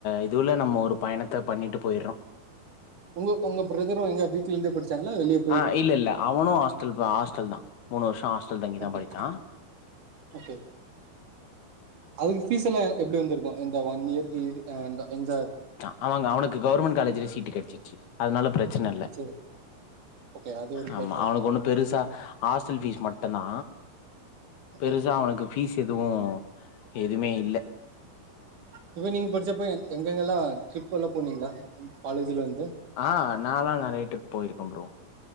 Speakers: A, on the left; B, on the right.
A: இதுவுல நம்மோ ஒரு பயணத் த்த பண்ணிட்டு போயிட்றோம்
B: உங்க உங்க பிரதரும் எங்க வீட்லந்தே படிச்சாங்களா வெளியப்
A: ஆ இல்ல இல்ல அவனும் ஹாஸ்டல் தா ஹாஸ்டல் தா மூனு வருஷோ ஹாஸ்டல் தங்கிதா
B: ஓகே
A: படிச்சா
B: ஓகே அவுங்க ஃபீஸல்லா எங்க எப்புடி வந்துருக்கும் இந்த ஒன் இயருக்கு இது அ இந்த என்ஜாய்
A: ஆமாங்க அவனுக்கு கவர்மெண்ட் காலேஜிலே சீட்டு கெடச்சிச்சி அதனால பிரச்சன இல்ல
B: சரி ஓகே அது ஒரு
A: ஆமா
B: பேட்டர்
A: அவனுக்கு ஒண்ணு பெருசா ஹாஸ்டல் ஃபீஸ் மட்டந்தா
B: ஓகே
A: பெருசா அவனுக்கு ஃபீஸ் எதுவு எதுமே இல்ல
B: இப்ப நீங்க படிச்சப்ப எங் எங்கங்கெல்லா ட்ரிப்பல்லா போனீங்ளா <unintelligible> காலேஜிலந்து
A: ஆ நால்லா நறைய ட்ரிப் போயிருக்க ப்ரோ